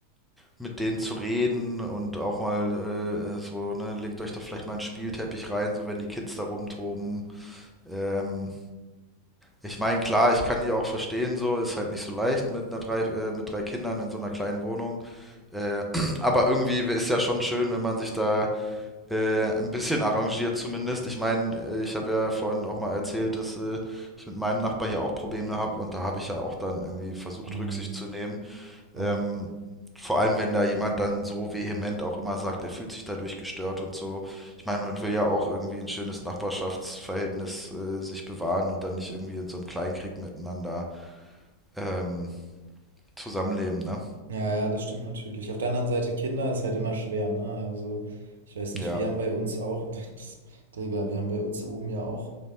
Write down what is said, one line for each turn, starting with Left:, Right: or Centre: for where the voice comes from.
Centre: mit denen zu reden und auch mal äh, so, ne, legt euch doch vielleicht mal einen Spielteppich rein, so wenn die Kids da rumtoben. Ähm, ich meine, klar, ich kann die auch verstehen, so ist halt nicht so leicht mit einer drei, äh, mit drei Kindern in so einer kleinen Wohnung. Äh, <clears throat> aber irgendwie ist ja schon schön, wenn man sich da Äh, ein bisschen arrangiert zumindest. Ich meine, äh, ich habe ja vorhin auch mal erzählt, dass äh, ich mit meinem Nachbar hier auch Probleme habe und da habe ich ja auch dann irgendwie versucht,
Right: Hm.
Centre: Rücksicht zu nehmen.
Right: Ja.
Centre: Ähm, vor allem, wenn da jemand dann so vehement auch immer sagt, er fühlt sich dadurch gestört und so. Ich meine, man will ja auch irgendwie ein schönes Nachbarschaftsverhältnis äh, sich bewahren und dann nicht irgendwie in so einem Kleinkrieg miteinander ähm, zusammenleben, ne?
Right: Ja, ja, das stimmt natürlich. Auf der anderen Seite, Kinder ist halt immer schwer, ne? Also, ich weiß nicht,
Centre: Ja.
Right: wir haben bei uns auch, <laughs> das, Digga, wir haben bei uns oben ja auch